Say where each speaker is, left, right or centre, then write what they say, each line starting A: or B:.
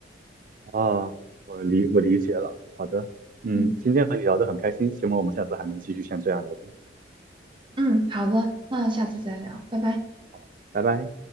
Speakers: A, on the right; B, on the right.
A: 啊，我理我理解了，好的，嗯，
B: 嗯
A: 今天和你聊得很开心，希望我们下次还能继续像这样聊天，
B: 嗯，好的，那下次再聊，拜拜。
A: 好，拜拜。